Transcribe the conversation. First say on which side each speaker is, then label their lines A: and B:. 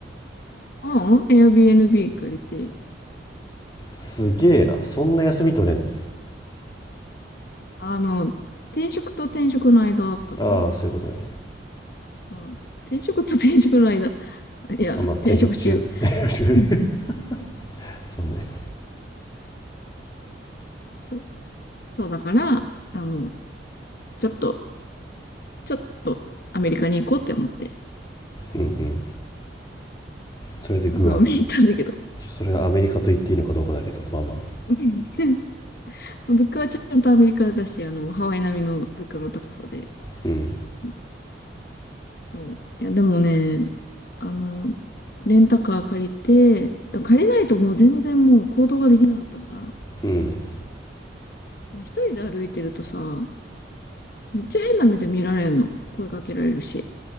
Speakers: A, on the left; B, on the left.
A: ああ、Airbnb 借りて、
B: すげえな。そんな休み取れん
A: あの、転職と転職の間だったのね。
B: のああ、そういうことね。
A: うん。転職と転職の間。<laughs> いや、
B: あまあ、転職中。
A: 転職中。
B: 転職中で。
A: うん
B: <laughs> そうね。
A: そう。そうだから、あ、もう、ちょっと、ちょっとアメリカに行こうって思って、
B: うんうんそれでグアム
A: グアムに行ったんだけど。
B: それがアメリカと言っていいのかどうかだけどまあまあ
A: うん <laughs> 物価はちゃんとアメリカだし、あの、ハワイ並みの物価の高さで。
B: うん
A: うんそう。いや、でもね、あの、レンタカー借りて、借りないともう全然もう行動ができなかったから、
B: うん
A: 一人で歩いてるとさ、めっちゃ変な目で見られるの。声かけられるし。